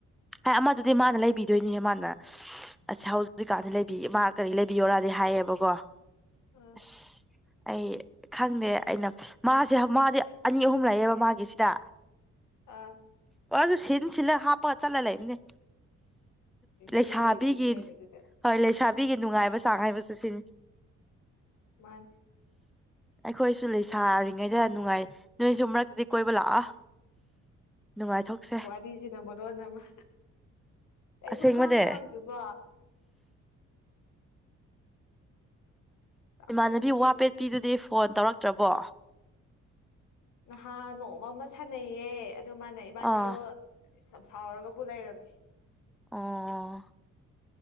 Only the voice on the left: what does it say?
ꯑꯥ
ꯑ
ꯃꯤ ꯂꯩꯕꯩꯅꯤ ꯀꯩꯅꯣ ꯑꯗꯨꯗꯤ
ꯃꯥꯅꯤ
ꯕꯤꯖꯤꯅ ꯃꯔꯣꯟ ꯑꯃ ꯀꯩꯅꯣ
ꯀꯥꯡ ꯃꯌꯥꯝꯖꯤꯕꯣ ꯀꯥꯡ
ꯐꯖꯅꯗꯦ
ꯅꯍꯥꯟ ꯅꯣꯡꯃ ꯑꯃ ꯁꯥꯟꯅꯩꯌꯦ ꯑꯗꯨ ꯃꯥꯥꯟꯅ ꯏꯕꯥꯟꯅꯤꯗꯣ
ꯁꯝ ꯁꯥꯎꯔꯒ ꯕꯨ ꯂꯩꯔꯝꯃꯤ